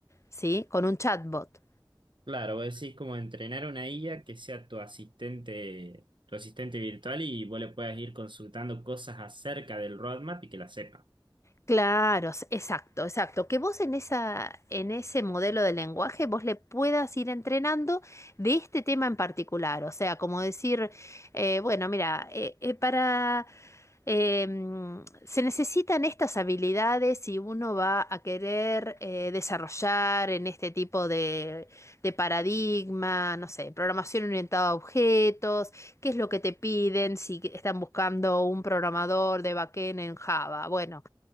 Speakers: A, on the left (about 35°); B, on the right (about 80°).
A: ¿sí? Con un chatbot.
B: Claro, vos decís como entrenar una IA que sea tu asistente, tu asistente virtual y vos le puedas ir consultando cosas acerca del roadmap y que la sepa.
A: Claro, s- exacto, exacto. Que vos en esa, en ese modelo de lenguaje vos le puedas ir entrenando de este tema en particular. O sea, como decir, eh, bueno, mira, eh, eh, para eh, mm, se necesitan estas habilidades si uno va a querer eh, desarrollar en este tipo de, de paradigma, no sé, programación orientada a objetos, qué es lo que te piden si están buscando un programador de backend en Java. Bueno.